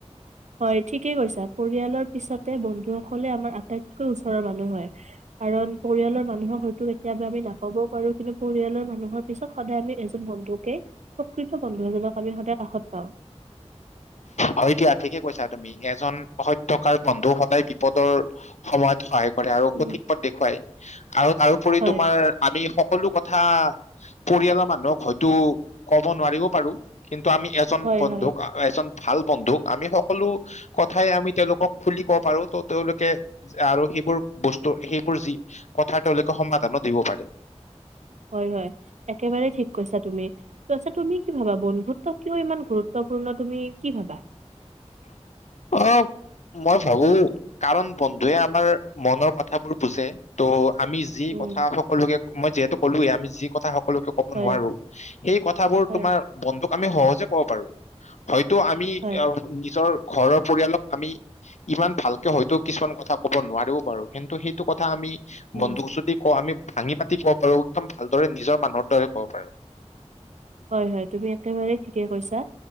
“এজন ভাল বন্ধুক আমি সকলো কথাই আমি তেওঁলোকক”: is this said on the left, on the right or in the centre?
Left